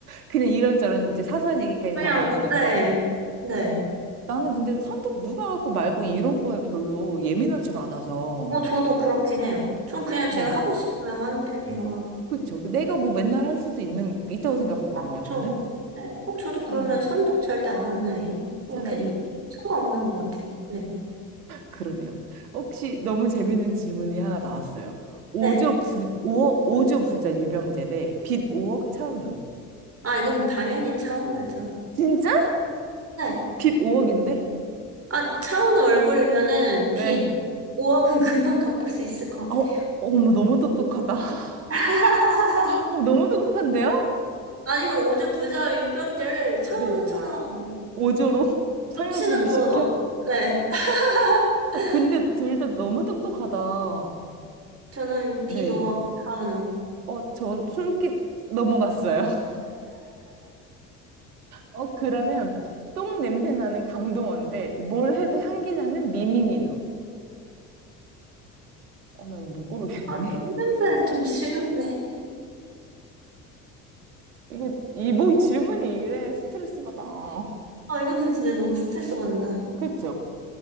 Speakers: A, on the right; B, on the right.
A: 그냥 이런저런 이제 사소한
B: <laughs>
A: 얘기까지
B: 그냥,
A: 다 나누는
B: 네.
A: 거.
B: 네.
A: 나는 근데 선택 누가 갖고 말고 이런 거에 별로 예민하지가 않아서.
B: 어, 저도 그렇긴 해요. 전 그냥
A: 네.
B: 제가 하고 싶으면 하는 편이라.
A: 그렇죠. 그 내가 뭐 맨날 할 수도 있는, 있다고 생각하거든요,
B: 아, 그쵸.
A: 저는.
B: 네. 어, 저도 그러면
A: 음,
B: 선적 절대 안 하는 애인. 어,
A: 차라리.
B: 괜, 상관없는 것 같아요. 네.
A: 그러네요. 혹시 너무 재밌는 질문이 하나 나왔어요. 5조
B: 네.
A: 부, 오억 오조 부자 유병재 대빚 5억 차은우.
B: 아, 이건 당연히 차은우죠.
A: 진짜?
B: 네.
A: 빚 5억인데?
B: 아, 차은 우 얼굴이면은
A: 네.
B: 빚 5억은 <laughs> 금방 갚을 수 있을 것 같아요.
A: 어, 어머, 너무 똑똑하다. <laughs>
B: <laughs>
A: 어, 너무 똑똑한데요?
B: 아니면 오조 부자 유병재를 차은우처럼
A: 네. 5조로 <laughs> 성형수술
B: 고치는 거,
A: 시켜?
B: 어, 네. <laughs>
A: 아, 근데 둘 다 너무 똑똑하다.
B: 저는 빚
A: 네.
B: 5억 차은우.
A: 어, 저 솔깃 넘어갔어요. <laughs> 어, 그러면 똥 냄새 나는 강동원데 뭘 해도 향기 나는 미미민우. 어, 나 이거 못 고르겠네.
B: 아, 똥냄새 좀 싫은데.
A: 이거 이 뭐 이 질문이 이래 스트레스 받아.
B: 아, 이거는 진짜 너무 스트레스 받는다.
A: 그쵸?